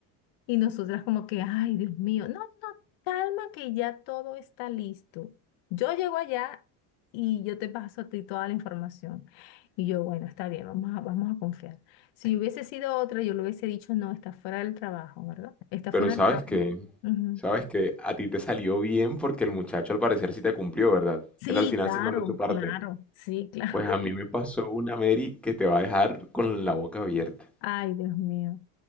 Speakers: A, on the left; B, in the centre.
A: Y nosotras como que, ay, Dios mío, no, no, calma que ya todo está listo. Yo llego allá y yo te paso a ti toda la información. Y yo, bueno, está bien, vamos a, vamos a confiar. Si yo hubiese sido otra, yo le hubiese dicho, no, está fuera del trabajo, ¿verdad? Está
B: Pero
A: fuera
B: sabes
A: del trabajo.
B: que,
A: Ujú.
B: sabes que a ti te salió bien porque el muchacho al parecer sí te cumplió, ¿verdad?
A: Sí,
B: Él al final
A: claro,
B: sí mandó su parte.
A: claro, sí, claro.
B: Pues a mí
A: <laughs>
B: me pasó una Mary que te va a dejar con la boca abierta.
A: Ay, Dios mío.